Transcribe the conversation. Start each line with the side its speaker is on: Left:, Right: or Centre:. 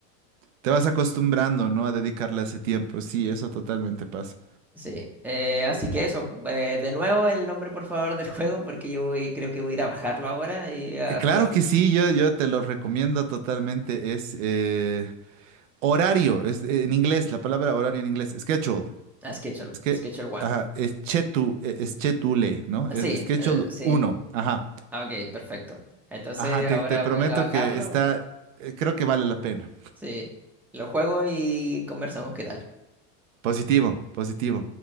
Right: te vas acostumbrando, ¿no? A dedicarle ese tiempo. Sí, eso totalmente pasa.
Centre: Sí, eh, así que eso, eh, de nuevo el nombre por favor del juego, porque yo voy- creo que voy a ir a bajarlo ahora y a
Right: Eh, Claro
Centre: jugarlo.
Right: que sí, yo, yo te lo recomiendo totalmente. Es eh, horario, es eh, en inglés, la palabra horario en inglés, schedule.
Centre: A Schedule,
Right: Es que,
Centre: Schedule One.
Right: ajá, es chetu, eh, es chetule, ¿no?
Centre: Ah,
Right: Es-
Centre: sí,
Right: schedule
Centre: eh, sí,
Right: uno. ajá.
Centre: Ah, ok, perfecto. Entonces
Right: Ajá, te,
Centre: ahora
Right: te prometo
Centre: voy a ir a bajarlo,
Right: que está, eh, creo que vale la pena.
Centre: sí, lo juego y conversamos qué tal.
Right: Positivo, positivo.